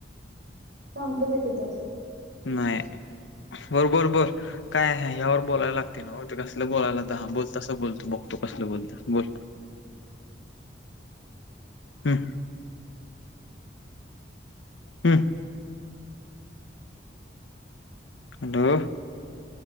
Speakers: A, on the right (about 70°); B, on the left (about 85°).
A: सांगतो ते तिथच
B: नाही बर बर बर काय आहे ह्यावर बोलायला लागतय न्हव ते कसल बोलायला तर ह बोल तस बोलतो बघतो कसल बोलत बोल हम् हम्म हॅलो